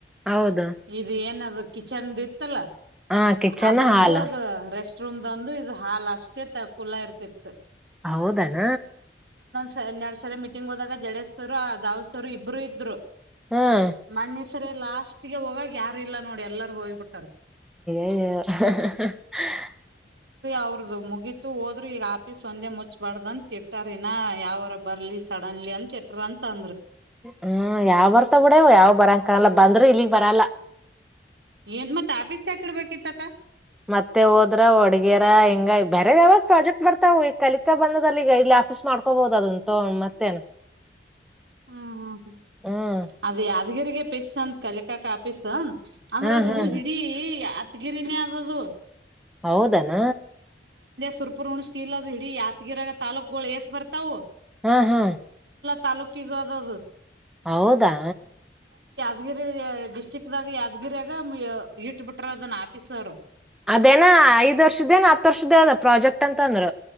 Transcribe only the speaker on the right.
ಇದು ಏನದ ಕಿಚನ್ ದ ಇತ್ತಲ್ಲ
ಅದೊಂದು
ಅದು ರೆಸ್ಟ್ ರೂಮ್ದ ಒಂದು ಇದು ಹಾಲ್ ಅಷ್ಟೇ ಕುುಲ್ಲಾ ಇರ್ತಿತ್ತ.
ಹನ್ನೆರಡ್ ಸರೆ ಮೀಟಿಂಗ್ ಹೋದಾಗ ಜಡೇಜ್ ಸರ್ ದಾವರ ಸರ್ ಇಬ್ರು ಇದ್ರು
ಮನ್ನೆ ಸರಿ ಲಾಸ್ಟ್ ಗೆ ಹೋಗಾಗ ಯಾರು ಇಲ್ಲ ನೋಡಿ ಎಲ್ಲರ ಹೋಗಿಬಿಟ್ಟಾರ
ಅವ್ರದ ಮುಗೀತು ಹೋದ್ರಿ ಈಗ ಆಫೀಸ್ ಒಂದೇ ಮುಚ್ಬಾರ್ದ ತಿಟ್ಟಾರನಾ ಯಾವರ ಬರ್ಲಿ ಸಡ್ ಕಡನ್ಲಿ ಅಂತ ಇಟ್ರ ಅಂತ ಅಂದರು
ಏನ್ ಮತ್ತ ಆಫೀಸ್ ಯಾಕ್ ಇಡ್ಬೇಕಿತ್ತಕ್ಕ
<inaudible> ಹ್ಮ್ ಹ್ಮ್ ಹ್ಮ್
ಅದು ಯಾದಗಿರಿಗೆ ಪಿಕ್ಸ್ ಅಂತ ಕಲಿಕಾಕ ಆಫೀಸ್ ಅಂದ್ರ
ಅದು
ಹಿಡೀ ಹತ್ಗಿರಿನಿ ಆದದದು
ಸುರಪುರ ಉಣ್ಸಕ ಇಲ್ ಅದು ಹಿಡಿ ಯಾತ್ಗಿರ ತಾಲೂಕುಗಳು ಏಸ್ ಬರ್ತಾವು
ತಾಲುಕಿಗದದು
ದಿರಳಿಯ ಡಿಸ್ಟ್ರಿಕ್ ದಾಗ ಯಾದಗಿರಿಯಾಗ ಇಟ್ಬಿಟ್ರ ಅದನ್ನ ಆಫೀಸ್ ಅವರು